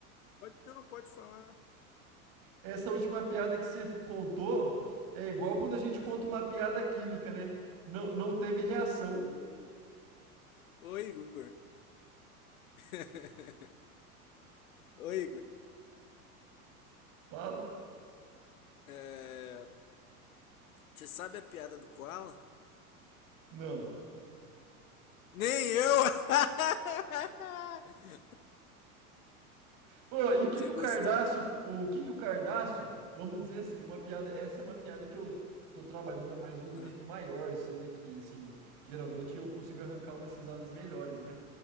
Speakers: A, on the left; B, on the right.
A: pode, não, pode falar.
B: Essa última piada que você contou é igual quando a gente conta
A: Ah,
B: uma piada química, né? Não, não teve reação.
A: sim. Ô Igor. <laughs> Ô Igor.
B: Fala.
A: é, Você sabe a piada do Koala?
B: Não.
A: Nem eu! <laughs>
B: Ô, e o que
A: Você
B: que o
A: gostou?
B: cardaço, o que que o cardaço, vamos dizer assim, uma piada, essa é uma piada que eu tô trabalhando há mais um
A: Ah,
B: tempo maior, assim, né, que, assim, geralmente eu consigo arrancar umas risadas melhores, né?